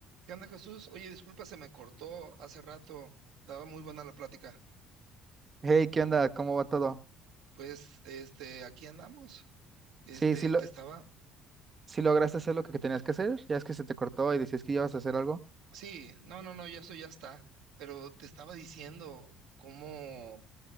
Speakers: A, on the right; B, on the right.
A: ¿Qué onda, Jesús? Oye, disculpa, se me cortó hace rato. Estaba muy buena la plática.
B: Hey, ¿qué onda? ¿Cómo va todo?
A: Pues, este, aquí andamos. Este,
B: Sí, sí, lo,
A: te estaba.
B: sí lograste hacer lo que tenías que hacer. Ya es que se te cortó y decías que ibas a hacer algo.
A: Sí, no, no, no, ya eso ya está. Pero te estaba diciendo cómo,